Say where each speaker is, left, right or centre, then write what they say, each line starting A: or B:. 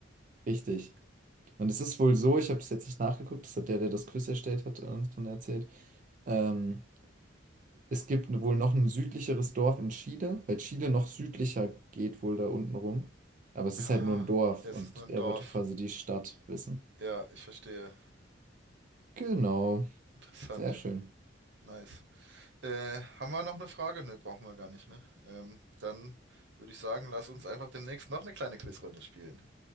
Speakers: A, on the right; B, on the right.
A: Richtig. Und es ist wohl so, ich habe das jetzt nicht nachgeguckt, das hat der, der das Quiz erstellt hat, äh, uns dann erzählt. Ähm, es gibt wohl noch ein südlicheres Dorf in Chile, weil Chile noch südlicher geht wohl da unten rum. Aber es
B: Ah,
A: ist halt nur ein Dorf
B: ja, es
A: und
B: ist nur ein
A: er
B: Dorf.
A: wollte quasi die Stadt wissen.
B: Ja, ich verstehe.
A: Genau,
B: Interessant.
A: sehr schön.
B: Nice. Äh, haben wir noch eine Frage? Ne, brauchen wir gar nicht, ne? Ähm, dann würde ich sagen, lass uns einfach demnächst noch eine kleine Quizrunde spielen.